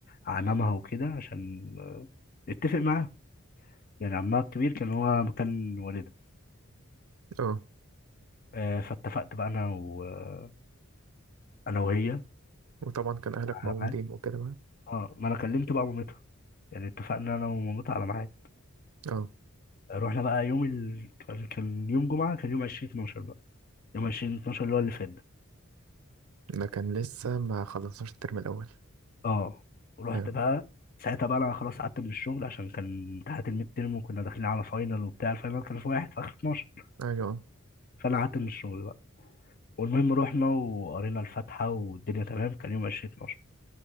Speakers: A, on the left; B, on the right.
A: عمامها وكده عشان آه، اتفق معاه يعني عمها الكبير كان هو مكان والدها
B: اه
A: آه، فاتفقت بقى انا و... آه، انا وهي
B: وطبعا كان أهلك
A: على
B: موجودين
A: ميعاد
B: وكده بقى
A: اه ما انا كلمت بقى مامتها يعني اتفقنا انا ومامتها على ميعاد
B: اه
A: رحنا بقى يوم ال... كان كان يوم جمعة كان يوم 20 12 بقى يوم 20 12 اللي هو اللي فات ده
B: ده كان لسه ما خلصناش الترم الأول
A: اه رحت
B: اه
A: بقى ساعتها بقى انا خلاص قعدت من الشغل عشان كان امتحانات الميد تيرم وكنا داخلين على فاينل وبتاع الفاينل كان في واحد في اخر 12
B: أيوه
A: فانا قعدت من الشغل بقى والمهم رحنا وقرينا الفاتحه والدنيا تمام كان يوم 20 12